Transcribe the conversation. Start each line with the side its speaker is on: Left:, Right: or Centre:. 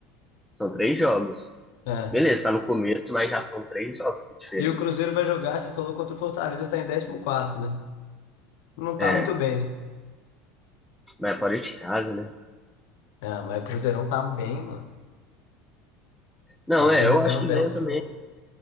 Centre: são três jogos.
Left: É.
Centre: Beleza, tá no começo, mas já são três jogos de diferença.
Left: E o Cruzeiro vai jogar, você falou, contra o Fortaleza, tá em décimo quarto né? Não tá
Centre: É,
Left: muito bem.
Centre: mas é fora de casa, né?
Left: Ah, mas o Cruzeirão tá bem, mano.
Centre: Não,
Left: Tá apresentando
Centre: é, eu acho que
Left: um belo
Centre: ganha
Left: futebol.
Centre: também.